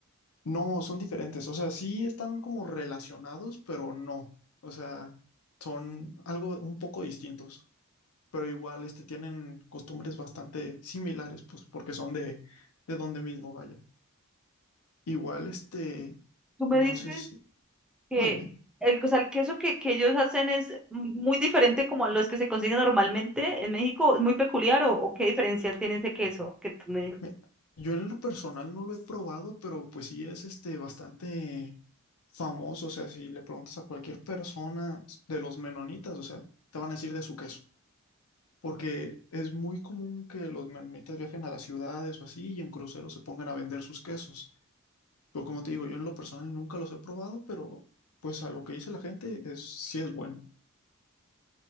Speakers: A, on the left; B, in the centre.
A: no, son diferentes, o sea, sí están como relacionados, pero no, o sea, son algo un poco distintos, pero igual este, tienen costumbres bastante similares, pues porque son de, de donde mismo, vaya. Igual este,
B: ¿Tú me
A: no
B: dices?
A: sé si...
B: que
A: Mande.
B: el, o sea, el queso que, que ellos hacen es muy diferente como a los que se consiguen normalmente en México, ¿es muy peculiar o, o qué diferencia tiene ese queso que tú me...
A: Me- Yo en lo personal no lo he probado, pero pues sí es este bastante famoso. O sea, si le preguntas a cualquier persona de los menonitas, o sea, te van a decir de su queso. Porque es muy común que los menonitas viajen a las ciudades o así y en cruceros se pongan a vender sus quesos. Pero como te digo, yo en lo personal nunca los he probado, pero pues a lo que dice la gente es sí es bueno.